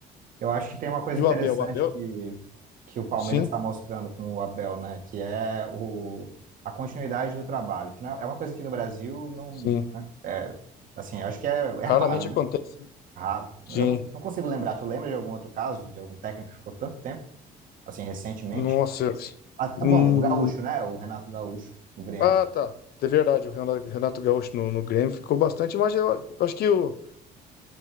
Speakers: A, on the right; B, on the left.
A: Eu acho que tem uma coisa
B: E
A: interessante
B: o Abel? O Abel?
A: que, que o Palmeiras
B: Sim,
A: está mostrando com o Abel, né? Que é o, a continuidade do trabalho, que não é, é uma coisa que no Brasil não,
B: sim.
A: né? É, assim, eu acho que é, é
B: Raramente
A: raro,
B: acontece.
A: né? Raro.
B: Sim.
A: Eu não, não consigo lembrar. Tu lembra de algum outro caso, de algum técnico que ficou tanto tempo, assim, recentemente?
B: Nossa.
A: Ah, tá
B: Hum.
A: bom, o Gaúcho, né? O Renato Gaúcho, o Grêmio,
B: Ah, tá. É verdade, o Renato Renato Gaúcho no, no Grêmio ficou bastante, mas eu, eu acho que o,